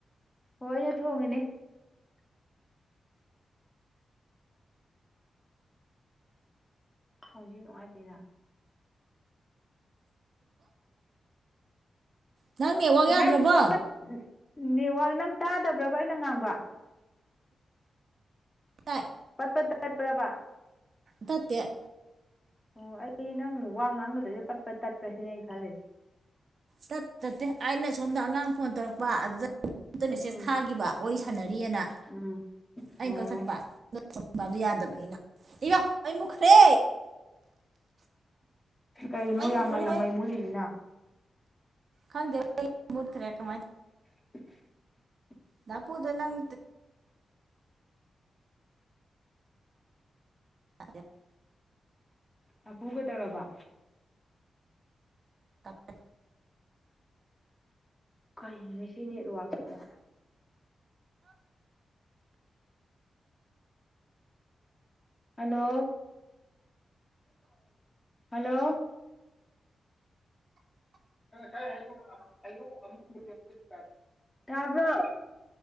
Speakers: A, on the left (about 20°); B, on the right (about 60°).
A: ꯍꯣꯏ ꯑꯩꯅ ꯊꯣꯡꯉꯤꯅꯦ ꯐꯣꯟꯁꯦ ꯅꯨꯡꯉꯥꯏꯇꯦꯅ
B: ꯅꯪ ꯅꯦꯠꯋꯥꯛ ꯌꯥꯗ꯭ꯔꯕꯣ
A: ꯎꯝ ꯅꯪ ꯄꯠ ꯄꯠ ꯅꯦꯠꯋꯥꯛ ꯅꯪ ꯇꯥꯗꯕ꯭ꯔꯕ ꯑꯩꯅ ꯉꯥꯡꯕ
B: ꯇꯥꯏ
A: ꯄꯠꯄ ꯇꯠꯄ꯭ꯔꯕ
B: ꯇꯠꯇ
A: ꯑꯣ ꯑꯩ ꯅꯪ ꯋꯥ ꯉꯥꯡꯒꯗꯣꯏꯗꯣ ꯄꯠꯄ ꯇꯠꯄ꯭ꯔꯁꯤꯅꯦ ꯑꯩ ꯈꯜꯂꯤꯁꯦ
B: ꯇꯠꯦ ꯇꯠꯇꯦ ꯑꯩꯅ ꯁꯣꯝꯗ ꯑꯉꯥꯡ ꯐꯣꯟ ꯇꯧꯔꯛꯄ ꯑꯝꯇ ꯃꯦꯁꯦꯁ
A: ꯎꯝ
B: ꯊꯥꯈꯤꯕ ꯋꯥꯔꯤ ꯁꯥꯟꯅꯔꯤꯑꯅ
A: ꯎꯝ
B: ꯑꯩꯅ
A: ꯑꯣ
B: ꯀꯛꯊꯠꯄ ꯌꯥꯗꯕꯅꯤꯅ ꯏꯒ ꯑꯩ ꯃꯨꯛꯈ꯭ꯔꯦ
A: ꯀꯩꯅꯣ
B: ꯃꯩ ꯃꯨꯠꯈ꯭ꯔꯦ
A: ꯌꯥꯝ ꯉꯟꯅ ꯃꯩ ꯃꯨꯜꯂꯤꯅꯤꯅ
B: ꯀꯪꯗꯦ ꯃꯨꯠ ꯈꯔꯦꯥꯏ ꯇꯣ
A: <inaudible>
B: ꯅ ꯄꯨꯗꯣ ꯅꯪ ꯑ
A: ꯑꯄꯨꯒ ꯇꯧꯔꯕ
B: ꯀ <unintelligible>
A: ꯀꯔꯤꯅꯣ ꯁꯤ ꯅꯦꯠꯋꯥꯛꯁꯤꯗ ꯍꯂꯣ ꯍꯂꯣ ꯉꯥꯏꯩꯅꯥꯕ꯭ꯔꯣ